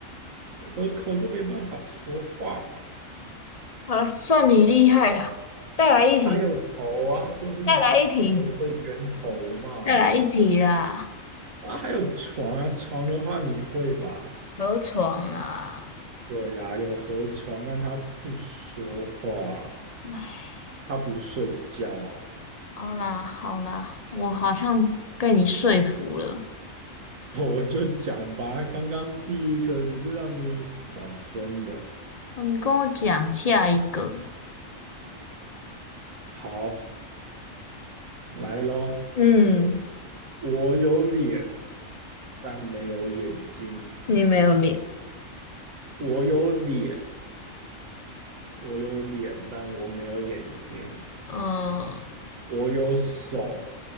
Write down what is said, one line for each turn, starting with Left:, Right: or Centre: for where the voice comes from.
Right: 河口就没办法说话嘛。
Left: 好了，算你厉害了。再来一题，
Right: 啊，有头啊，就是一河的源头嘛。
Left: 再来一题，再来一题啦！
Right: 啊，还有床啊，床的话你会吧？
Left: 河床啦，
Right: 对呀、啊有河床，但他不说话，
Left: 哎，
Right: 他不睡觉。
Left: 好啦好啦，我好像被你说服了。
Right: 我就讲吧，刚刚第一个只是让你暖身的。
Left: 哦你跟我讲下一个，
Right: 好，来咯，
Left: 嗯，
Right: 我有脸，但没有眼睛。
Left: 你没有脸。
Right: 我有脸，我有脸，但我没有眼睛。
Left: 嗯
Right: 我有手，